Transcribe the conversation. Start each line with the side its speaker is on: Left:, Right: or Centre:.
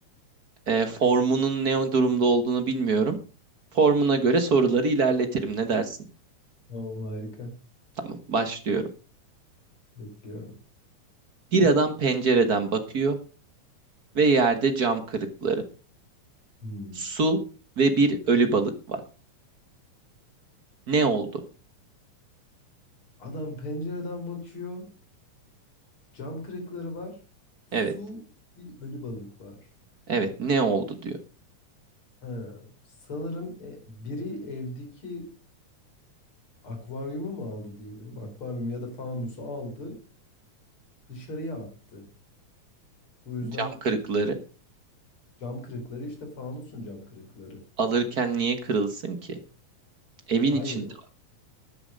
Right: e, formunun ne durumda olduğunu bilmiyorum. Formuna göre soruları ilerletirim. Ne dersin?
Left: Tamam harika.
Right: Tamam, başlıyorum.
Left: Bekliyorum.
Right: Bir adam pencereden bakıyor ve yerde cam kırıkları,
Left: Hmm.
Right: su ve bir ölü balık var. Ne oldu?
Left: Adam pencereden bakıyor. Cam kırıkları var. Su
Right: Evet,
Left: bir ölü balık var.
Right: evet. Ne oldu diyor.
Left: Ha, sanırım e, biri evdeki akvaryumu mu aldı diyebilirim. Akvaryum ya da fanusu aldı, dışarıya attı. Bu yüzden
Right: Cam kırıkları
Left: cam kırıkları işte fanusun cam kırıkları.
Right: alırken niye kırılsın ki? Evin
Left: Hayır,
Right: içinde.